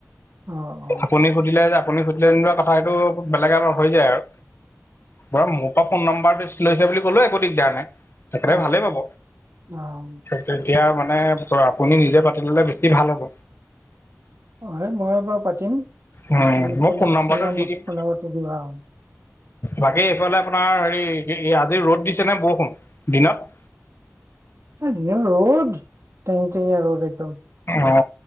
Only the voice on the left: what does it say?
আপুনি সুধিলে যে আপুনি সুধিলে যেনিবা কথা সেইটো বেলেগ এ হৈ যায় আৰু বৰা মোৰ পৰা ফোন নম্বৰটো লৈছে বুলি ক'লো একো দিগদাৰ নাই। তেখেতে
ভালেই পাব।
তেতিয়া মানে আপুনি নিজে পাতি ল'লে বেছি ভাল হ'ব।
উ
মই ফোন নাম্বাৰটো দি দিম।
বাকী এইফালে আপোনাৰ হেৰি আজি ৰ'দ দিছে নে বৰষুণ দিনত।
অ